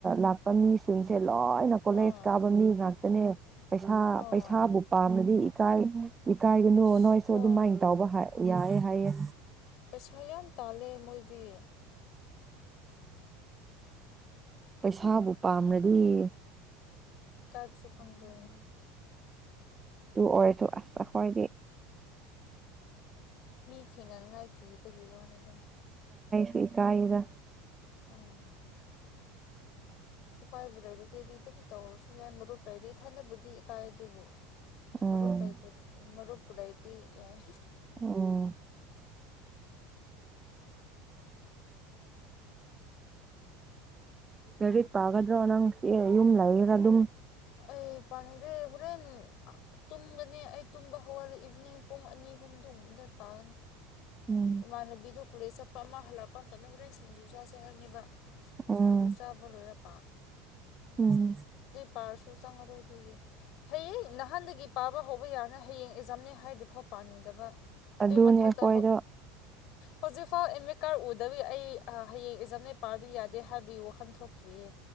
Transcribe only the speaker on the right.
ꯂꯥꯛꯄ ꯃꯤꯁꯤꯡꯁꯦ ꯂꯣꯏꯅ ꯀꯣꯂꯦꯖ
ꯀꯥꯕ ꯃꯤ ꯉꯥꯛꯇꯅꯦ ꯄꯩꯁꯥ
ꯄꯩꯁꯥꯕꯨ ꯄꯥꯝꯅꯗꯤ ꯏꯀꯥꯏ ꯏꯀꯥꯏꯒꯅꯨ
ꯅꯣꯏꯁꯨ
ꯑꯗꯨꯃꯥꯏꯅ ꯇꯥꯎꯕ ꯍꯥꯏ ꯌꯥꯔꯦ ꯍꯥꯏꯌꯦꯌꯦ
ꯄꯩꯁꯥꯕꯨ ꯄꯥꯝꯅꯗꯤ
ꯇꯨꯡ ꯑꯣꯏꯔꯁꯨ ꯑꯁꯁ ꯈꯗ
ꯊꯀꯥꯗ
ꯎꯝ
ꯎꯝ ꯔꯦꯔꯤꯠ ꯄꯥꯒꯗ꯭ꯔꯣ ꯅꯪ ꯌꯨꯝ ꯂꯩꯔ ꯑꯗꯨꯝ
ꯎꯝ
ꯎꯝ
ꯎꯝ
ꯑꯗꯨꯅꯦ
ꯑꯩꯈꯣꯏꯗꯣ